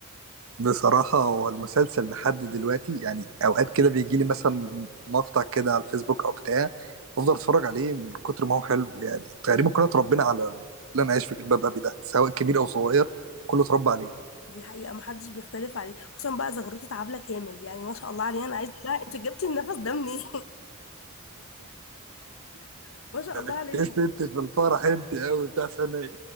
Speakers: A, on the right; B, on the left.
A: بصراحة هو المسلسل لحد دلوقتي يعني اوقات كده بيجي لي مثلا مقطع كده على الفيسبوك او بتاع افضل اتفرج عليه من كتر ما هو حلو يعني تقريبا كلنا اتربينا على اللي انا عايش في جلباب ابي ده سواء كبير او صغير كله اتربى عليه
B: دي حقيقة محدش بيختلف عليه خصوصا بقى زغروتة عبلة كامل يعني ما شاء الله عليها انا عايزة بقى انت جبتي النفس ده منين <laughs> ما شاء الله
A: <laughs>
B: عليها
A: كسبت في الفرح انت قوي بتاع ثانية